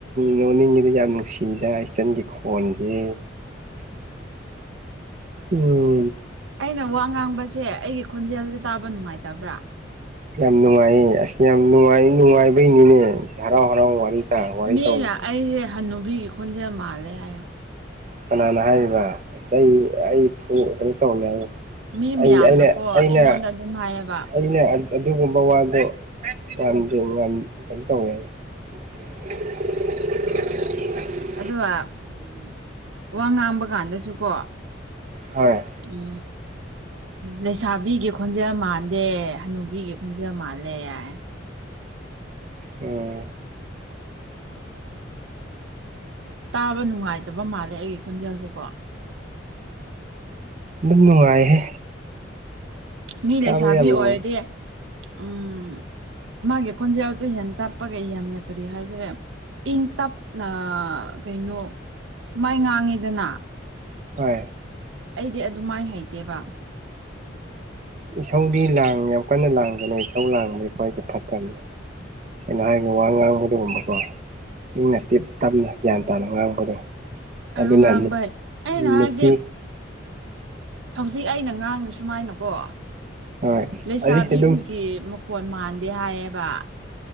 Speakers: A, on the right; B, on the right.
A: ꯅꯣꯅꯤꯡꯉꯤꯗꯤ ꯌꯥꯝ ꯅꯨꯡꯁꯤꯗ ꯏꯆꯟꯒꯤ ꯈꯣꯟꯖꯦ ꯎꯝ
B: ꯑꯩꯅ ꯋꯥ ꯉꯥꯡꯕꯁꯦ ꯑꯩꯒꯤ ꯈꯣꯟꯖꯦꯜꯁꯤ ꯇꯥꯕ ꯅꯨꯡꯉꯥꯏꯇꯕ꯭ꯔꯥ
A: ꯌꯥꯝ ꯅꯨꯡꯉꯥꯏꯌꯦ ꯑꯁ ꯌꯥꯝ ꯅꯨꯡꯉꯥꯏ ꯅꯨꯡꯉꯥꯏꯕꯩꯅꯤꯅꯦ ꯍꯔꯥꯎ ꯍꯔꯥꯎ ꯋꯥꯔꯤ ꯇꯥ ꯋꯥꯔꯤ
B: ꯃꯤꯅꯦ
A: ꯇꯧꯔꯤꯁꯦ
B: ꯑꯩꯁꯦ ꯍꯟꯅꯨꯕꯤꯒꯤ ꯈꯣꯟꯖꯦꯜ ꯃꯥꯜꯂꯦ ꯍꯥꯏꯌꯦ
A: ꯀꯅꯥꯅ ꯍꯥꯏꯔꯤꯕ ꯆꯩ ꯑꯩ ꯐꯨ ꯀꯩꯅꯣ ꯇꯧꯅꯤ ꯍꯥꯏ
B: ꯃꯤ ꯃꯌꯥꯝꯅꯀꯣ
A: ꯑꯩ ꯑꯩꯅꯦ ꯑꯩꯅ
B: ꯑꯩꯉꯣꯟꯗ ꯑꯗꯨꯝ ꯍꯥꯏꯌꯦꯕ
A: ꯑꯩꯅ ꯑꯗꯨꯒꯨꯝꯕ ꯋꯥꯗꯣ ꯋꯥꯟ ꯗꯨ ꯋꯥꯟ ꯀꯩꯟ ꯇꯧꯋꯦ <unintelligible>
B: ꯑꯗꯨꯒ ꯎꯝ ꯋꯥ ꯉꯥꯡꯕ ꯀꯥꯟꯗꯁꯨꯀꯣ
A: ꯍꯣꯏ
B: ꯑꯥ ꯎ ꯂꯩꯁꯥꯕꯤꯒꯤ ꯈꯣꯟꯖꯦꯜ ꯃꯥꯟꯗꯦ ꯍꯅꯨꯕꯤꯒꯤ ꯈꯣꯟꯖꯦꯜ ꯃꯥꯜꯂꯦ ꯌꯥꯏ
A: ꯑꯣ
B: ꯇꯥꯕ ꯅꯨꯡꯉꯥꯏꯇꯕ ꯃꯥꯜꯂꯦ ꯑꯩꯒꯤ ꯈꯣꯟꯖꯦꯜꯁꯦꯀꯣ
A: ꯑꯗꯨꯝ ꯅꯨꯡꯉꯥꯏꯍꯦ
B: ꯃꯤ
A: ꯇꯥꯕ
B: ꯂꯩꯁꯥꯕꯤ
A: ꯌꯥꯝ
B: ꯑꯣꯏꯔꯗꯤ
A: ꯅꯨꯡꯉꯥꯏ
B: ꯎꯝ ꯃꯥꯒꯤ ꯈꯣꯟꯖꯦꯜꯗꯨ ꯍꯟ ꯇꯥꯞꯄꯒ ꯑꯩ ꯌꯥꯝꯅ ꯀꯔꯤ ꯍꯥꯏꯖꯔꯦ ꯏꯪ ꯇꯞꯅ ꯀꯩꯅꯣ ꯁꯨꯃꯥꯏ ꯉꯥꯡꯉꯤꯗꯅ
A: ꯍꯣꯏ
B: ꯑꯩꯗꯤ ꯑꯗꯨ ꯃꯥꯏ ꯍꯩꯇꯦꯕ
A: ꯏꯁꯧꯗꯤ ꯂꯥꯡ ꯌꯥꯝ ꯀꯟꯅ ꯂꯥꯡꯕꯅꯦ ꯏꯁꯧ ꯂꯥꯡꯕꯗꯤ ꯈ꯭ꯋꯥꯏꯗꯤ ꯐꯠꯇꯕꯅꯤ ꯑꯩꯅ ꯍꯥꯏꯒ ꯋꯥ ꯉꯥꯡꯕꯗꯨꯒꯨꯝꯕꯀꯣ ꯏꯪꯅ ꯇꯤꯞ ꯇꯞꯅ ꯒ꯭ꯌꯥꯟ ꯇꯥꯅ ꯉꯥꯡꯕꯗꯣ
B: ꯑꯗꯨ
A: ꯑꯗꯨꯅ
B: ꯉꯥꯡꯕ
A: ꯅꯨꯞ
B: ꯑꯩꯅ ꯍꯥꯏꯕꯗꯤ
A: ꯅꯨꯄꯤ
B: ꯍꯧꯖꯤꯛ ꯑꯩꯅ ꯉꯥꯡꯉ ꯁꯨꯃꯥꯏꯅꯀꯣ
A: ꯍꯣꯏ
B: ꯂꯩꯁꯥꯕꯤꯒꯤ
A: ꯑꯩ ꯑꯗꯨꯝ
B: ꯃꯨꯛ ꯐꯣꯟ ꯃꯥꯟꯗꯦ ꯍꯥꯏꯌꯦꯕ